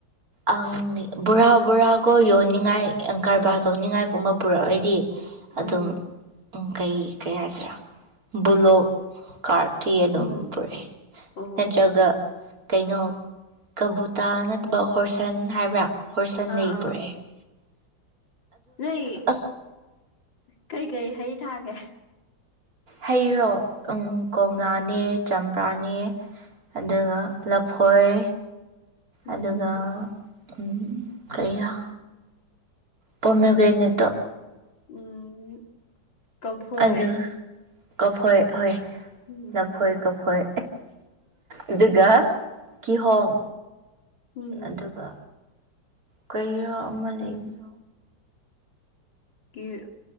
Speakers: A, on the right; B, on the left.
A: ꯑꯪ ꯕꯣꯔꯥ ꯕꯣꯔꯥꯀꯣ ꯌꯣꯟꯅꯤꯡꯉꯥꯏ ꯀꯔꯕꯥꯔ ꯇꯧꯅꯤꯡꯉꯥꯏꯒꯨꯝꯕ ꯄꯨꯔꯛꯂꯗꯤ ꯑꯗꯨꯝ
B: ꯎꯝ
A: ꯀꯩ ꯀꯩ ꯍꯥꯏꯁꯤꯔꯥ ꯕꯨꯂꯣꯛ ꯀꯥꯔꯠꯇꯤ ꯑꯗꯨꯝ
B: ꯎꯝ
A: ꯄꯨꯔꯛꯑꯦ
B: ꯑꯣ
A: ꯅꯠꯇ꯭ꯔꯒ ꯀꯩꯅꯣ ꯀꯕꯨꯇꯥ ꯅꯠꯇꯕ ꯍꯣꯔꯁꯟ ꯍꯥꯏꯕ꯭ꯔꯥ ꯍꯣꯔꯁꯟꯗꯒꯤ
B: ꯑꯥ ꯑꯥ
A: ꯄꯨꯔꯛꯑꯦ <inaudible>
B: ꯅꯣꯏ
A: ꯑꯁ
B: ꯀꯩꯀꯩ ꯍꯩ ꯊꯥꯒꯦ
A: ꯍꯩꯔꯣ ꯎꯝ ꯀꯣꯝꯂꯥꯅꯦ ꯆꯝꯄ꯭ꯔꯥꯅꯦ ꯑꯗꯨꯒ ꯂꯐꯣꯏ
B: ꯎꯝ
A: ꯑꯗꯨꯒ ꯎꯝ ꯀꯩꯔꯥ ꯄꯣꯃꯤꯒ꯭ꯔꯦꯅꯦꯠꯇꯣ
B: ꯎꯝ ꯀꯐꯣꯏ
A: ꯑꯗꯨ ꯀꯐꯣꯏ ꯍꯣꯏ
B: ꯎꯝ
A: ꯂꯐꯣꯏ ꯀꯐꯣꯏ ꯑꯗꯨꯒ ꯀꯤꯍꯣꯝ
B: ꯎꯝ
A: ꯑꯗꯨꯒ ꯀꯩꯔ ꯑꯃ ꯂꯩꯕ
B: ꯀꯤ